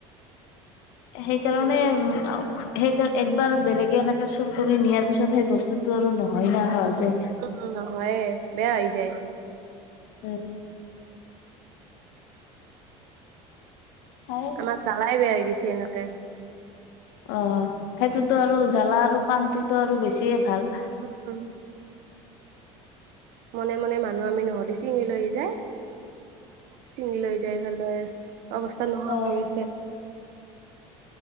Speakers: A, on the left; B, on the right.
A: সেইকাৰণে,
B: আজিকালি
A: উম, আও সেইকাৰ একবাৰ বেলেগে এনে কে চুৰ কৰি নিয়াৰ পিছত, সেই বস্তুটো আৰু নহয় না সহজে।
B: উম নহয়। এ বেয়া হৈ যায়।
A: উম। চাই
B: আমাৰ জালাই বেয়া হৈ গৈছে এনেকে।
A: অ', সেইটোতো আৰু জালা আৰু পাণটোতো আৰু বেছিয়ে ভাল।
B: উম, উম। মনে মনে, মানুহ আমি নহ'লে, চিঙি লৈ যায়। চিঙি লৈ যাই পেলাই, অৱস্থা নোহোৱা
A: অ
B: হৈ আছে।